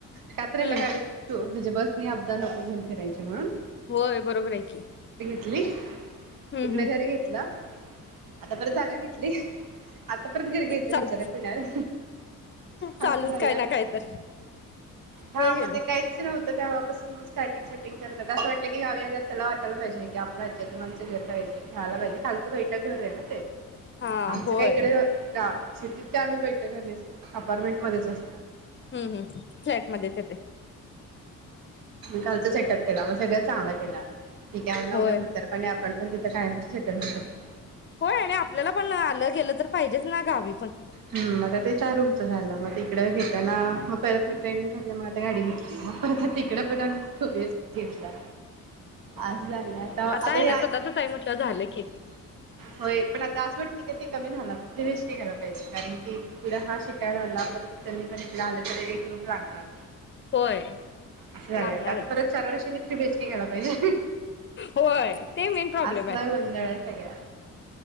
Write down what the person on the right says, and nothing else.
कात्रेला
गाडी तू म्हणजे बस मी अपदा नको घेऊन फिरायची म्हणून.
कली
इकडे
घरं घेतलं. आता परत जागा घे आता परत घर घ्यायचं
विचारय पुण्यात, असं
झालंय
आमच.
हा
म
ते काय होत तेव्हापासन स्टार्टिंग स्टार्टिंग करतात असं वाटलं की गावी आल्या त्याला वाटायला पाहिजे, आपल्या आजी आजोबांंच घर पाहिजे, खायला पाहिजे, खालंच बैठक घरय ना.
आमचं
काय इकड गा सिटीत काय आम्ही बैठक घरण्याची अपार्टमेंटमध्येचत अस
खालचा सेटअप केला. मग सगळ्यात चांगला केला. ते काय आज ना
उद्या म्हातारपणी आपण पण तिथं कायमचं सेटल होऊ शकतो.
हम्म आता ते चार रूमच झालं. म ते तिकड घेताना मग परत ट्रेन घातल्या मग आता गाडी घेतली म आ तिकड पण खुबेच घेतलं आज झालं आता आता
हे
होय पण आता आज सु ते ते कमी झाला रेस्ट घ्यायला पाहिजे, कारण की पुढ हा शिकायला आला परत त्यांनी पण इकडे आलं तररी एक रूम लागणार.
अस झालंय
आता परत चार वर्षांनी थ्री बीएचके घ्यायला पाहिजे.
असला गोंधळ आहे सगळ्या